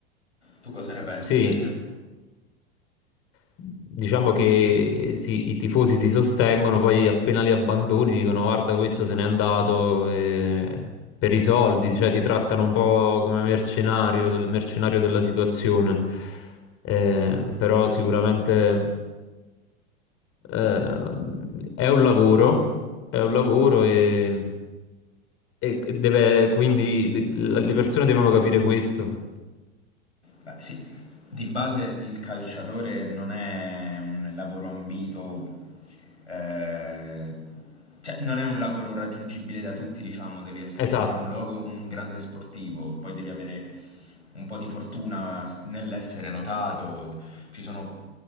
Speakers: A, on the left; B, on the left.
A: Tu cosa ne pensi
B: Sì,
A: invece?
B: diciamo che eh, sì, i tifosi ti sostengono, poi appena li abbandoni dicono guarda questo se n'è andato eh, per i soldi, cioè ti trattano un po' come mercenario, del mercenario della situazione. Eh, però sicuramente eh, è un lavoro, è un lavoro e... E deve, quindi de- le persone devono capire questo.
A: Beh, sì, di base il calciatore non è un lavoro ambito, eh, cioè non è un lavoro raggiungibile da tutti, diciamo, devi essere
B: Esatto.
A: in primo luogo un grande sportivo, poi devi avere un po' di fortuna s- nell'essere notato, ci sono